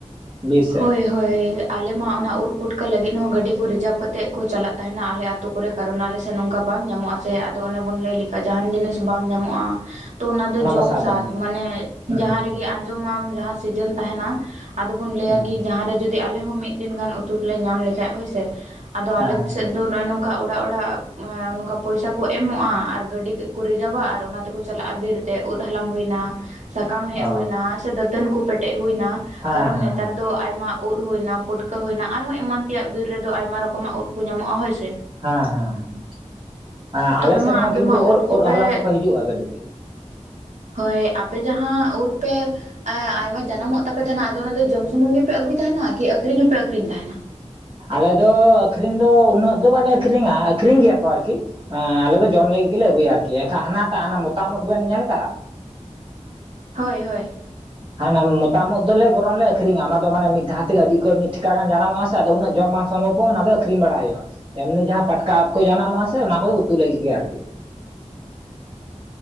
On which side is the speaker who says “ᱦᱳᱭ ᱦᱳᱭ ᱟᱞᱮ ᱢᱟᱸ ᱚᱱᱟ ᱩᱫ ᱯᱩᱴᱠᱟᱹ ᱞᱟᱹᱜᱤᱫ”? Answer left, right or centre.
Right